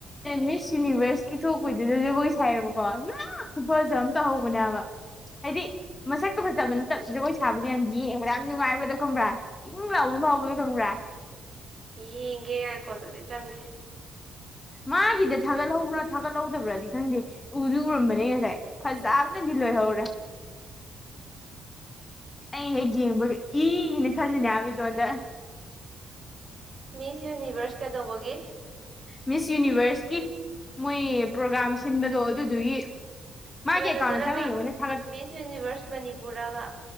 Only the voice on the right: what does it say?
ꯌꯦꯒꯦ ꯍꯥꯏꯀꯣꯗꯗꯤ ꯆꯪꯒꯦ
ꯃꯤꯁ ꯌꯨꯅꯤꯚꯔꯁ ꯀꯩꯗꯧꯕꯒꯤ
ꯀꯩꯅꯣꯗꯨꯔꯕ
ꯕꯤꯁ ꯌꯨꯅꯤꯚꯔꯁ ꯃꯅꯤꯄꯨꯔꯔꯕ